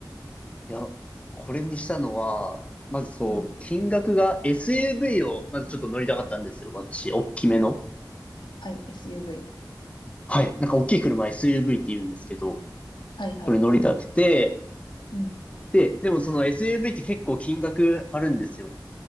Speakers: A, on the left; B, on the left.
A: や、これにしたのは、まずそう、
B: うん。
A: 金額が SUV を、まずちょっと乗りたかったんですよ、私。大きめの。
B: はい、SUV。
A: はい。なんか大きい車 SUV って言うんですけど、
B: はい、はい、
A: それ乗りたくて、
B: はい。うん。
A: で、でもその SUV って結構金額張るんですよ。